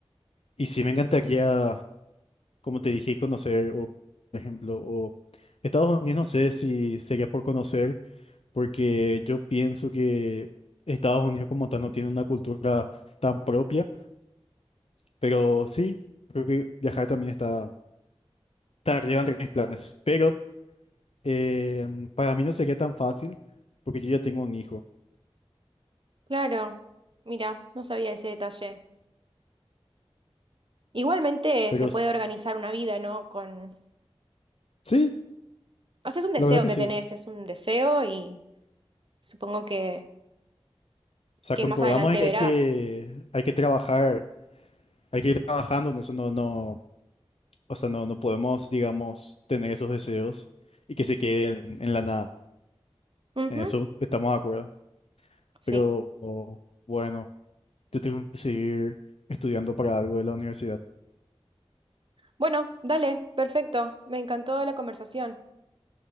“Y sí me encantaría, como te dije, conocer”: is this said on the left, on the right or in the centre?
Left